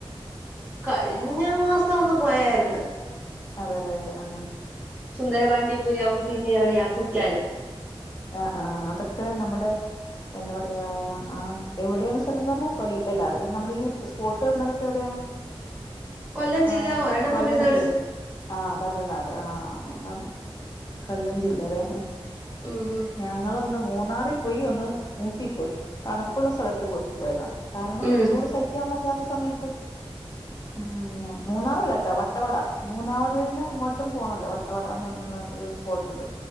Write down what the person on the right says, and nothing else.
കഴിഞ്ഞ മാസം ഒന്ന് പോയാര്ന്ന്
സുന്ദരപാണ്ടിപുരം പിന്നെ എവിടെയാ കുറ്റാലിയം
കൊല്ലം
ജില്ല ഒരെണ്ണം
തമിഴ്നാട്
ഉം
ഉം